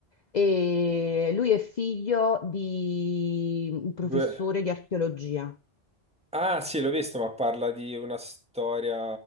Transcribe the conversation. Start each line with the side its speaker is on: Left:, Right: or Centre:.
Left: e lui è figlio di un professore
Centre: Due...
Left: di archeologia.
Centre: Ah, sì, l'ho visto, ma parla di una storia